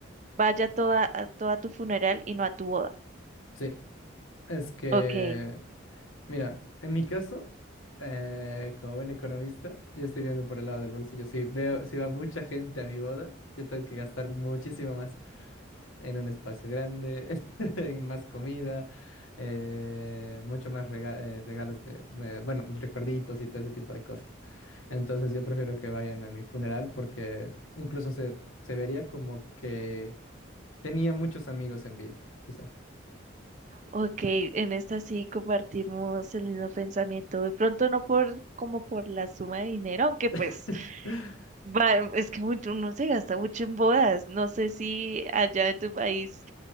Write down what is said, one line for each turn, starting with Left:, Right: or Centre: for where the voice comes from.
Right: vaya toda, a, toda a tu funeral y no a tu boda?
Left: Sí. Es que,
Right: Ok.
Left: mira, en mi caso, eh, como buen economista, yo estoy viendo por el lado del bolsillo. Si veo, si va mucha gente a mi boda, yo tengo que gastar muchísimo más. en un espacio grande, <laughs> en más comida, eh, mucho más rega- eh, regalos de, eh, bueno, recuerditos y todo ese tipo de cosas. Entonces yo prefiero que vayan a mi funeral porque incluso se, se vería como que tenía muchos amigos en vida, quizá.
Right: Ok, en esta sí compartimos el mismo pensamiento. De pronto no por como por la suma de dinero, aunque pues
Left: <laughs>
Right: va, em, es que mucho, uno se gasta mucho en bodas. No sé si allá en tu país,